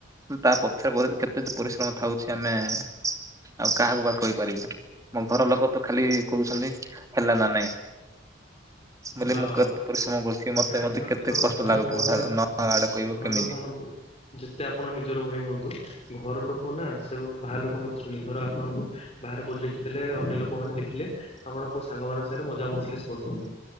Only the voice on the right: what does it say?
ତା ପଛରେ ପରେ ଯେ କେତେ ଯେ ପରିଶ୍ରମ ଥାଉଛି ଆମେ ଆଉ କାହାକୁ ବା କହିପାରିବୁ ମୋ ଘର ଲୋକ । ତ ଖାଲି କହୁଛନ୍ତି ହେଲା ନା ନାଇଁ। ବେଲି
ମୁଁ କେତେ ପରିଶ୍ରମ କରୁଛି ମତେ
ମଧ୍ୟ କେତେ
କଷ୍ଟ
ଲାଗୁଥିବ
ହେଲା ନ ଆଡେ କହିବୁ
କେମିତି।